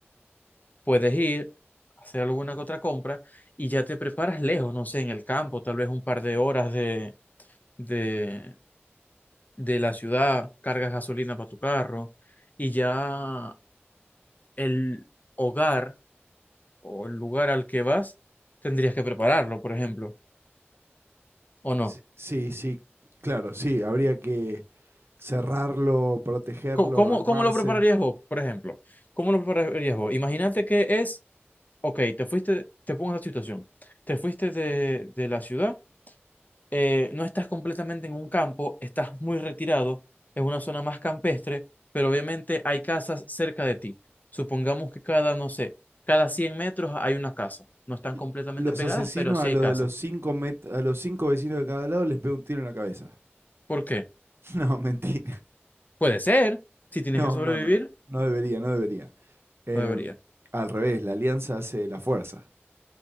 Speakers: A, on the left; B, on the right.
A: puedes ir, hacer alguna que otra compra y ya te preparas lejos, no sé, en el campo, tal vez un par de horas de, de, de la ciudad, cargas gasolina para tu carro y ya el hogar o el lugar al que vas tendrías que prepararlo, por ejemplo, ¿o no?
B: Sí, sí, sí, claro, sí, habría que cerrarlo, protegerlo,
A: ¿Cómo, cómo,
B: armarse.
A: cómo lo prepararías vos, por ejemplo? ¿Cómo lo prepararías vos? Imagínate que es Ok, te fuiste, te pongo la situación. Te fuiste de, de la ciudad, eh, no estás completamente en un campo, estás muy retirado, es una zona más campestre, pero obviamente hay casas cerca de ti. Supongamos que cada, no sé, cada 100 metros hay una casa. No están
B: L-
A: completamente
B: Los
A: pegadas,
B: asesinos
A: pero sí
B: a los
A: hay casas.
B: de los cinco met- a los cinco vecinos de cada lado les pega un tiro en la cabeza.
A: ¿Por qué?
B: <laughs> No, mentira.
A: Puede ser, si tienes
B: No,
A: que sobrevivir,
B: no, no. No debería, no debería. Em,
A: no debería,
B: al revés, la alianza hace la fuerza.